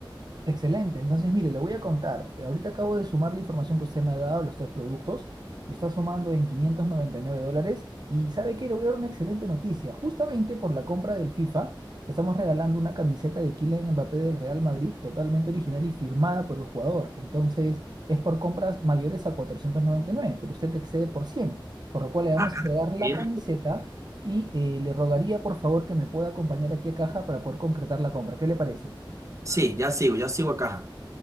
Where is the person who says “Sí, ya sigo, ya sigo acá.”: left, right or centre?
Right